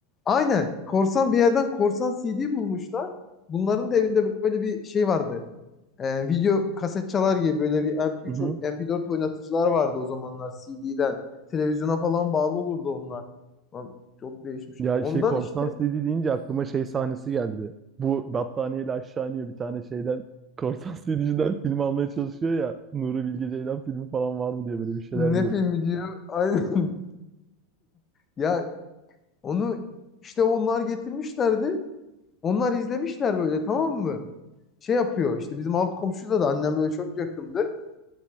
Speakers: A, on the left; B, on the right.
A: Aynen. Korsan bir yerden korsan CD bulmuşlar. Bunların da evinde böyle bir şey vardı. Ee, video kaset çalar gibi böyle bir MP3,
B: <laughs>
A: o- MP4 oynatıcılar vardı o zamanlar CD'den. Televizyona falan bağlı olurdu onlar. Lan çok değişmiş.
B: Ya
A: Ondan
B: şey korsan
A: işte
B: CD deyince aklıma şey sahnesi geldi. Bu battaniyeyle aşağı iniyor bir tane şeyden. <laughs> Korsan CD'ciden film almaya çalışıyor ya. Nuri Bilge Ceylan filmi falan var mı diye böyle bir şeyler
A: Ne
B: diyordu.
A: filmi diyor? Aynen. <laughs> Ya onu işte onlar getirmişlerdi. Onlar izlemişler böyle tamam mı? Şey yapıyor işte bizim alt komşuyla da annem böyle çok yakındı.